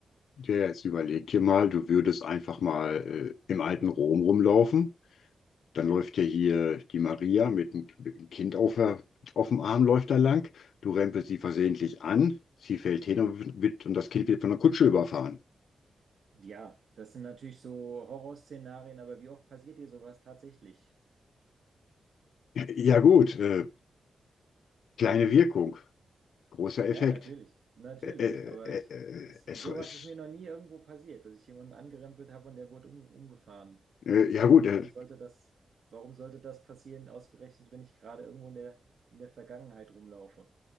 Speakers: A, on the left; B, on the right.
A: ja, jetzt überleg dir mal, du würdest einfach mal äh, im alten Rom rumlaufen. Dann läuft ja hier die Maria mit einem mit einem Kind auf, der, auf dem Arm, läuft da lang. Du rempelst sie versehentlich an, sie fällt hin und, wird, und das Kind wird von der Kutsche überfahren. <laughs>
B: Ja, das sind natürlich so Horrorszenarien, aber wie oft passiert dir sowas tatsächlich?
A: Ja gut, äh, kleine Wirkung, großer
B: Ja,
A: Effekt.
B: natürlich, natürlich.
A: Äh,
B: Aber
A: äh,
B: ich,
A: äh,
B: ich, sowas
A: es, es,
B: ist mir noch nie irgendwo passiert, dass ich jemanden angerempelt habe und der wurde um, umgefahren.
A: äh,
B: Deswegen,
A: ja gut,
B: warum
A: äh,
B: sollte das, warum sollte das passieren, ausgerechnet, wenn ich gerade irgendwo in der, in der Vergangenheit rumlaufe?